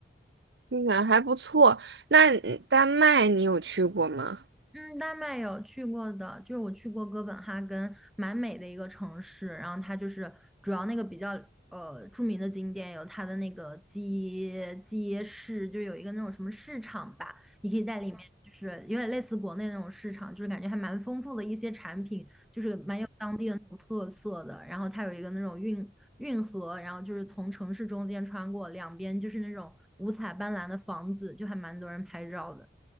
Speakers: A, on the right; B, in the centre.
A: 听起来还不错。那嗯丹麦你有去过吗？
B: 嗯，丹麦有去过的，就是我去过哥本哈根，蛮美的一个城市。然后它就是主要那个比较呃著名的景点有它的那个街街市，就有一个那种什么市场吧，你可以在里面就是有点类似国内那种市场，就是感觉还蛮丰富的一些产品，就是蛮有当地的那种特色的。然后它有一个那种运运河，然后就是从城市中间穿过，两边就是那种五彩斑斓的房子，就还蛮多人拍照的。